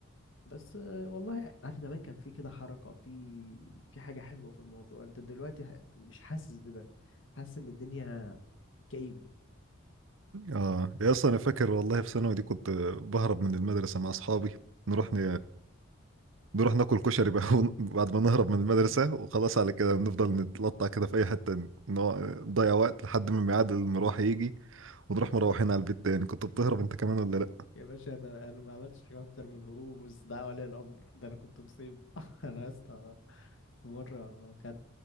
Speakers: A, on the left (about 65°); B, on the right (about 70°).
A: بس آه، والله يعني عارف زمان كان في كده حركة في في حاجة حلوة في الموضوع انت دلوقتي ح- مش حاسس بده حاسس ان الدنيا كئيبة
B: اه يا اصلا انا فاكر والله في ثانوي دي كنت بهرب من المدرسة مع اصحابي نروح ن... نروح ناكل كشري بقى <laughs> ون- بعد ما نهرب من المدرسة وخلاص على كده نفضل نتلطع كده في أي حتة نقع- نضيع وقت لحد ما ميعاد المروح يجي ونروح مروحين على البيت تاني كنت بتهرب انت كمان ولا لا
A: يا باشا انا انا ما عملتش حاجة اكتر من الهروب بس ده ولي الامر ده انا كنت مصيب <laughs> انا يا اسطى في مرة خدت